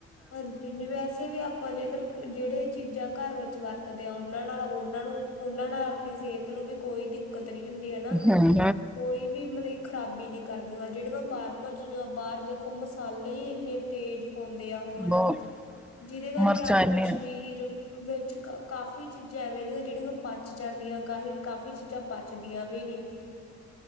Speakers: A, on the left; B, in the centre.
A: ਹਾਂਜੀ ਨੀ ਵੈਸ, ਵੈਸੇ ਵੀ ਆਪਾਂ ਜੇਕਰ ਜਿਹੜੇ ਚੀਜ਼ਾਂ ਘਰ ਵਿੱਚ ਵਰਤਦੇ ਹਾਂ ਉਹਨਾਂ ਨਾਲ ਉਹਨਾਂ ਨੂੰ ਉਹਨਾਂ ਨਾਲ ਆਪਣੀ ਸਿਹਤ ਨੂੰ ਵੀ ਕੋਈ ਦਿੱਕਤ ਨੀ ਹੁੰਦੀ ਹਨਾ,
B: ਹਮ
A: ਕੋਈ ਵੀ ਮਰੀ ਖਰਾਬੀ ਨੀ ਕਰਦੀਆ ਜਿਹੜੀਆਂ ਬਾਹਰਲੀਆਂ ਚੀਜ਼ਾਂ ਬਾਹਰ ਦੇਖੋ ਮਸਾਲੇ ਹੀ ਇੰਨੇ ਤੇਜ਼ ਪਾਉਂਦ ਦੇ ਆ ਹੁਨ
B: ਬਹੁਤ
A: ਜਿਹਦੇ ਕਰਕੇ
B: ਮਿਰਚਾਂ
A: ਆਪਣੇ
B: ਇੰਨੀ
A: ਸਰੀਰ ਵਿੱਚ ਕ ਕਾਫ਼ੀ ਚੀਜ਼ਾਂ ਐਵੇਂ ਦੀਆਂ ਜਿਹੜੀਆਂ ਪਚ ਜਾਂਦੀਆਂ ਕਾਫ਼ੀ- ਕਾਫੀ ਚੀਜ਼ਾਂ- ਪਚਦੀਆਂ ਵੀ ਨੀ।